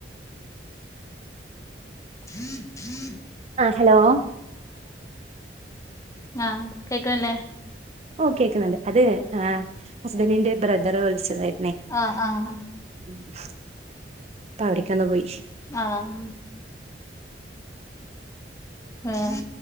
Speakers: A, on the left (about 20°); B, on the right (about 35°).
A: ഭി ഭി
B: ആഹ ഹലോ
A: ആഹ് കേൾക്കണില്ലേ
B: ഓ കേക്കുന്നുണ്ട് അത ആ് ഹസ്ബൻഡിന്റെ ബ്രദറ് വിളിച്ചതായി
A: ആഹ ആഹ
B: അപ്പ അവിടക്കന്ന പോയി
A: ആഹ ആഹ